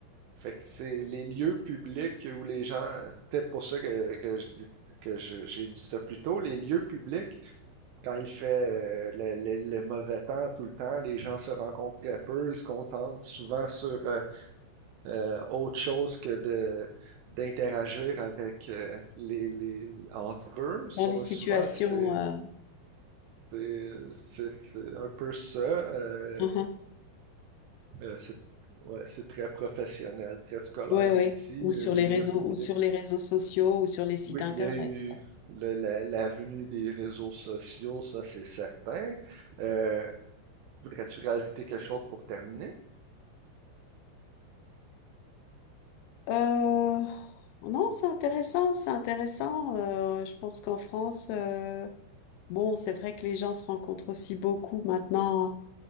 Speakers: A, on the right; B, on the left.
A: Fait que c'est les lieux publics où les gens, peut-être pour ça que, que je dis que je- j'ai dit ça plus tôt, les lieux publics, quand il fait euh, le, le- le mauvais temps tout le temps, les gens se rencontrent très peu, ils se contentent souvent sur euh, euh, autre chose que de d'interagir avec euh, les, les entre eux. Sont,
B: Dans des situations,
A: souvent c'est
B: euh,
A: c'est c'est- c'est un peu ça. euh,
B: ouais.
A: euh, c'est ouais, c'est très professionnel, très scolaire
B: Ouais, ouais.
A: ici,
B: Ou
A: euh,
B: sur
A: les
B: les
A: lieux
B: réseaux,
A: publics.
B: ou sur les réseaux sociaux, ou sur les sites
A: Oui,
B: internet.
A: il y a eu
B: quoi.
A: le- la, la venue des réseaux sociaux, ça c'est certain. Euh, voudrais-tu rajouter quelque chose pour terminer?
B: Euh, non, c'est intéressant, c'est intéressant. Euh, je pense qu'en France, euh, bon, c'est vrai que les gens se rencontrent aussi beaucoup maintenant